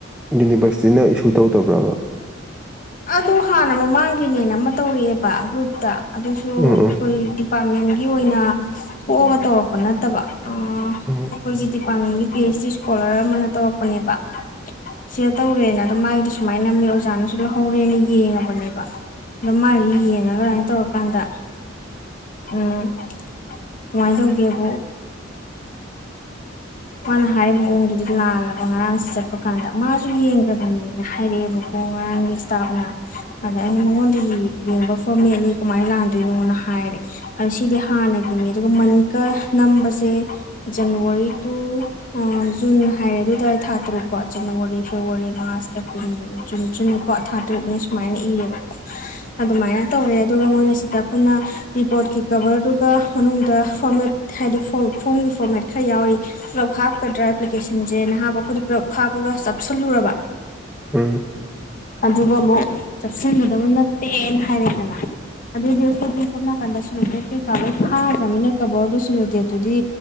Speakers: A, in the centre; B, on the left (about 45°).
A: ꯌꯨꯅꯤꯚꯔꯁꯤꯇꯤꯅ ꯏꯁꯨ ꯇꯧꯗꯕ꯭ꯔꯕ
B: ꯑꯗꯨ ꯍꯥꯟꯅ ꯃꯃꯥꯡꯒꯤꯅꯦꯅ ꯑꯃ ꯇꯧꯔꯛꯑꯦꯕ ꯒ꯭ꯔꯨꯞꯇ ꯑꯗꯨꯁꯨ
A: ꯎꯝ
B: ꯑꯩꯈꯣꯏ
A: ꯎꯝ
B: ꯗꯤꯄꯥꯔꯠꯃꯦꯟꯒꯤ ꯑꯣꯏꯅ ꯊꯣꯛꯑꯒ ꯇꯧꯔꯛꯄ ꯅꯠꯇꯕ ꯑꯣ
A: ꯎꯝ
B: ꯀꯣꯗꯤ ꯄꯥꯡꯗꯤ ꯄꯤ ꯑꯩꯩꯆ ꯗꯤ ꯏꯁꯀꯣꯂꯔ ꯑꯃꯅ ꯇꯧꯔꯛꯄꯅꯦꯕ ꯁꯤꯗ ꯇꯧꯔꯦꯅ ꯑꯗꯣ ꯃꯥꯒꯤꯗꯤ ꯁꯨꯃꯥꯏꯅ ꯅꯝꯃꯦ ꯑꯣꯖꯥꯅꯁꯨ ꯂꯧꯍꯧꯔꯦꯅ ꯌꯦꯡꯉꯕꯅꯦꯕ ꯑꯗꯣ ꯃꯥꯒꯤꯗꯨ ꯌꯦꯡꯉꯒ ꯑꯗꯨꯃꯥꯏꯅ ꯇꯧꯔꯀꯥꯟꯗ ꯎꯝ ꯀꯃꯥꯏꯅ ꯇꯧꯒꯦꯕ ꯃꯥꯅ ꯍꯥꯏꯔꯤꯕ ꯃꯑꯣꯡꯗꯨꯗꯤ ꯂꯥꯜꯂꯕ ꯉꯔꯥꯡꯁꯤ ꯆꯠꯄ ꯀꯥꯟꯗ ꯃꯥꯁꯨ ꯌꯦꯡꯈ꯭ꯔꯕꯅꯦꯅ ꯍꯥꯏꯔꯛꯑꯦꯕꯀꯣ ꯉꯔꯥꯡꯒꯤ ꯏꯁꯇꯥꯞꯅ ꯑꯗ ꯑꯩꯅ ꯃꯉꯣꯟꯗꯒꯤ ꯌꯦꯡꯕ ꯐꯣꯔ ꯃꯤ ꯑꯅꯤ ꯀꯃꯥꯏꯅ ꯂꯥꯟꯗꯣꯏꯅꯣꯅ ꯍꯥꯏꯔꯦ ꯑꯣ ꯁꯤꯗꯤ ꯍꯥꯟꯅꯒꯤꯅꯤ ꯑꯗꯨꯒ ꯃꯟꯀ ꯅꯝꯕꯁꯦ ꯖꯅꯋꯥꯔꯤ ꯇꯨ ꯖꯨꯟ ꯍꯥꯏ ꯑꯗꯨꯗ ꯊꯥ ꯇꯔꯨꯛꯀꯣ ꯖꯅꯋꯥꯔꯤ ꯐꯦꯕꯋꯥꯔꯤ ꯃꯥꯔꯁꯇ ꯀ ꯖꯨꯟ ꯆꯨꯝꯃꯤꯄꯣ ꯊꯥ ꯇꯔꯨꯛꯅꯤ ꯁꯨꯃꯥꯏꯅ ꯏꯔꯦꯕꯀꯣ ꯑꯗꯨꯃꯥꯏꯅ ꯇꯧꯔꯦ ꯑꯗꯨꯒ ꯃꯣꯏꯅ ꯁꯤꯗ ꯑꯩꯈꯣꯏꯅ ꯔꯤꯄꯣꯔꯠꯀꯤ ꯀꯕꯔꯗꯨꯒ ꯃꯅꯨꯡꯗ ꯐꯣꯔꯃꯦꯠ ꯍꯥꯏꯗꯤ ꯐꯣꯝꯒꯤ ꯐꯣꯔꯃꯦꯠ ꯈꯔ ꯌꯥꯎꯔꯤ ꯄꯨꯂꯞ ꯍꯥꯞꯀꯗ꯭ꯔꯥ ꯑꯦꯄ꯭ꯂꯤꯀꯦꯁꯟꯁꯦ ꯅꯍꯥ ꯃꯈ ꯑꯩꯈꯣꯏꯗ ꯄꯨꯂꯞ ꯍꯥꯞꯄꯒ ꯆꯥꯞꯁꯤꯜꯂꯨꯔꯕ
A: ꯎꯝ
B: ꯑꯗꯨꯒ ꯑꯃꯨꯛ ꯆꯥꯛꯁꯤꯟꯒꯗꯕ ꯅꯠꯇꯦꯅ ꯍꯥꯏꯔꯦꯗꯅ ꯑꯗꯨꯗꯣꯦꯗꯤꯁꯝꯅ ꯀꯟꯗꯁꯟ ꯎꯠꯇꯦ ꯀꯩꯀꯥꯕꯔ ꯐꯥꯗ꯭ꯔꯃꯤꯅ ꯀꯕꯔꯗꯨꯁꯨꯂꯨꯇꯦ ꯑꯗꯨꯗꯤ